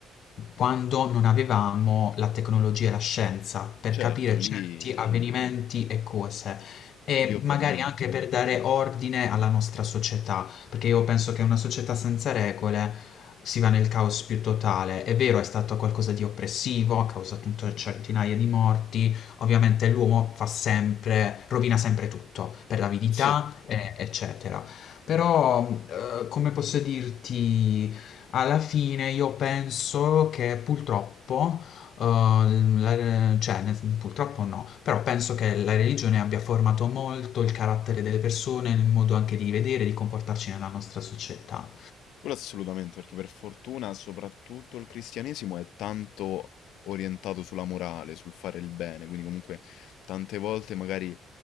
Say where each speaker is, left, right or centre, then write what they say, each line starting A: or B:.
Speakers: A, on the left; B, on the left.
A: quando non avevamo la tecnologia e la scienza per
B: Certo,
A: capire
B: lì,
A: certi avvenimenti e cose e
B: lì ovviamente.
A: magari anche per dare ordine alla nostra società, perché io penso che una società senza regole si va nel caos più totale. È vero, è stato qualcosa di oppressivo, ha causato un- centinaia di morti, ovviamente l'uomo fa sempre, rovina sempre tutto per l'avidità,
B: Sì,
A: e- eccetera. Però, eh, come posso dirti, alla fine io penso che purtroppo, uhm, la re cioè nel sen purtroppo no, però penso che la religione abbia formato molto il carattere delle persone, il modo anche di vedere e di comportarci nella nostra società.
B: quello assolutamente, perché per fortuna soprattutto il cristianesimo è tanto orientato sulla morale, sul fare il bene, quindi comunque tante volte magari